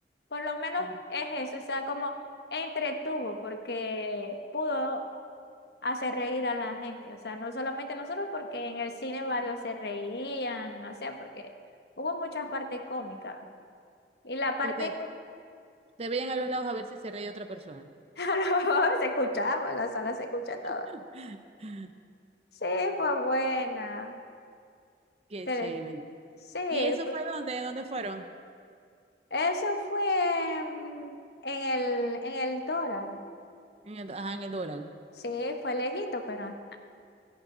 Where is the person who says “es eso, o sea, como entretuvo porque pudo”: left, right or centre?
Left